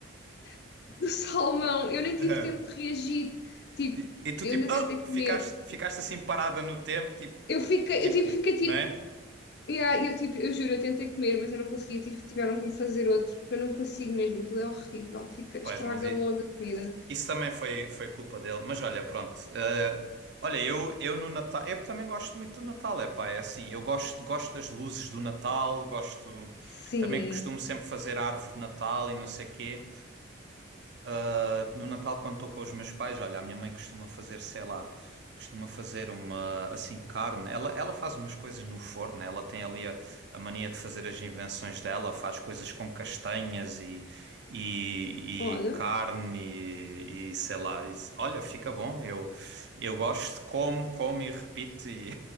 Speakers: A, on the left; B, on the right.
A: <laughs> do salmão. Eu nem
B: Uhum.
A: tive tempo de reagir. Tipo,
B: E, e tu,
A: eu
B: tipo,
A: ainda tentei
B: ah, ficaste,
A: comer.
B: ficaste assim parada no tempo, tipo,
A: Eu fiquei,
B: tipo,
A: eu tipo, fiquei tipo,
B: não é?
A: yeah, eu tipo, eu juro, eu tentei comer, mas eu não conseguia, tive, tiveram que me fazer outro, porque eu não consigo mesmo, aquilo é horrível, fica,
B: Pois,
A: estraga
B: mas e-
A: logo a comida.
B: Isso também foi, foi culpa dele, mas olha, pronto. eh, olha, eu, eu no Natal, eu também gosto muito do Natal, é pá, é assim, eu gosto, gosto das luzes do Natal, gosto,
A: Sim,
B: também costumo sempre fazer a árvore de Natal e não sei quê. Ah, No Natal, quando estou com os meus pais, olha, a minha mãe costuma fazer, sei lá, costuma fazer uma, assim, carne. Ela, ela faz umas coisas no forno, né? ela tem ali a, a mania de fazer as invenções dela, faz coisas com castanhas e, e,
A: olha,
B: e carne e, e sei lá. e- olha, fica bom, eu, eu gosto, como, como e repito e,